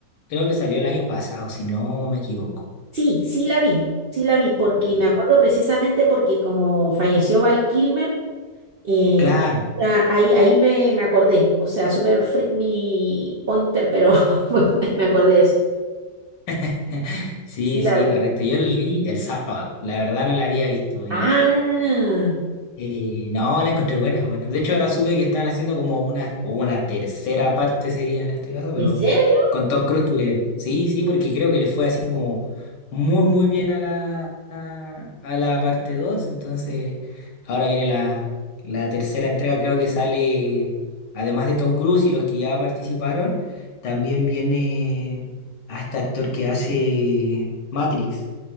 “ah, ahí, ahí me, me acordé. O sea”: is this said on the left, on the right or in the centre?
Right